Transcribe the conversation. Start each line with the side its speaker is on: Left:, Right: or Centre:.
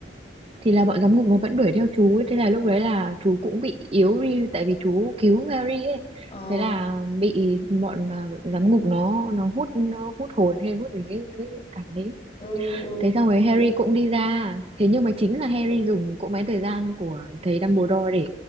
Right: thì là bọn giám ngục nó vẫn đuổi theo chú ấy thế là lúc đấy là chú cũng bị yếu đi tại vì chú cứu Harry ấy
Left: Ờ,
Right: thế là bị bọn à, giám ngục nó nó hút nó hút hồn hay hút gì cái, cái cái cảnh đấy
Left: ừ, ừ.
Right: thế xong rồi Harry cũng đi ra thế nhưng mà chính là Harry dùng cỗ máy thời gian của thầy Dumbledore để